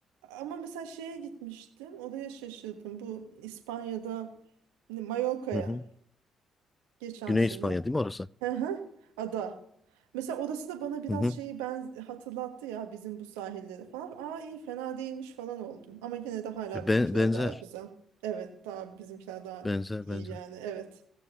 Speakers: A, on the right; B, on the left.
A: Ama mesela şeye gitmiştim. Oraya şaşırdım. Bu İspanya'da Mallorca'ya
B: Hı hı.
A: geçen
B: Güney
A: sene.
B: İspanya değil mi orası?
A: Hı hı. Ada. Mesela orası da bana biraz
B: Hı hı.
A: şeyi ben hatırlattı ya bizim bu sahilleri falan. Aa iyi fena değilmiş falan oldum. Ama gene de hala
B: Ya
A: bizimkiler
B: Ben, benzer.
A: daha güzel. Evet daha bizimkiler daha
B: Benzer
A: iyi
B: benzer.
A: yani evet.